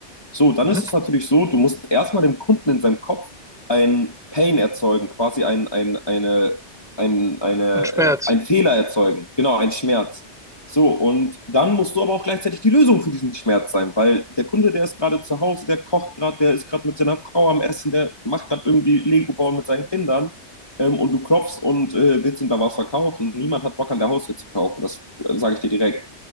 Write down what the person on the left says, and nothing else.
So, dann
ist es natürlich so, du musst erstmal dem Kunden in seinem Kopf ein Pain erzeugen, quasi ein, ein, eine, ein, eine,
äh, ein Fehler erzeugen, genau, ein Schmerz. So, und dann musst du aber auch gleichzeitig die Lösung für diesen Schmerz sein, weil der Kunde, der ist gerade zu Hause, der kocht gerade, der ist gerade mit seiner Frau am Essen, der macht gerade irgendwie Lego bauen mit seinen Kindern ähm, und du klopfst und äh, willst ihm da was verkaufen. Niemand hat Bock an der Haustür zu kaufen, das äh, sage ich dir direkt.